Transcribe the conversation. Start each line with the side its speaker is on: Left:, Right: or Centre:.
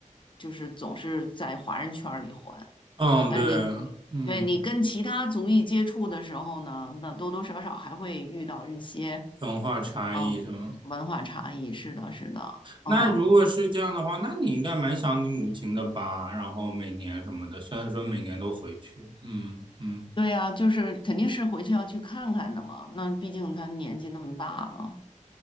Left: 就是总是在华人圈儿里混。
Right: 嗯，
Left: 呃，
Right: 对，
Left: 你你对你跟其他族裔接触的时候呢，
Right: 嗯，
Left: 那多多少少还会遇到一些
Right: 文化差异是吗？
Left: 嗯文化差异。是的，是的，嗯，
Right: 那如果是这样的话，那你应该蛮想你母亲的吧？然后每年什么的，虽然说每年都回去，嗯嗯。
Left: 对呀，就是肯定是回去要去看看的嘛。那毕竟他年纪那么大了，